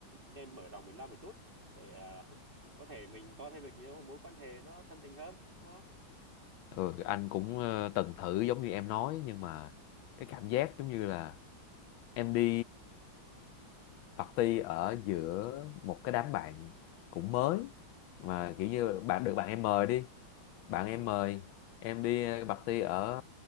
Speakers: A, on the right (about 25°); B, on the left (about 85°).
A: nên mở rộng mình ra một chút để à, <laughs> có thể mình có thêm được nhiều mối quan hệ nó thân tình hơn đúng không
B: ừ anh cũng ờ, từng thử giống như em nói nhưng mà cái cảm giác giống như là em đi party ở giữa một cái đám bạn cũng mới mà
A: à
B: kiểu như bạn được bạn em mời đi bạn em mời em đi party ở